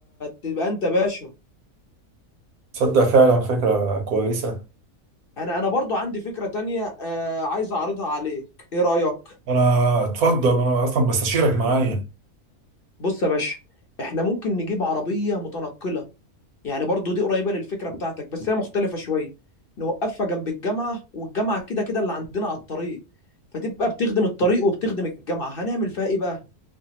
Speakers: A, on the left; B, on the right.
A: تبقى انت باشا
B: تصدق فعلا فكره كويسه
A: انا انا برضو عندي فكره تانية آه عايز اعرضها عليك ايه رايك
B: انا اتفضل انا اصلا بستشيرك معايا
A: بص يا باشا احنا ممكن نجيب عربيه متنقله يعني برضو دي قريبه للفكره بتاعتك بس هي مختلفه شويه نوقفها جنب الجامعه والجامعه كده كده اللي عندنا على الطريق فتبقى بتخدم الطريق وبتخدم الجامعه هنعمل فيها ايه بقى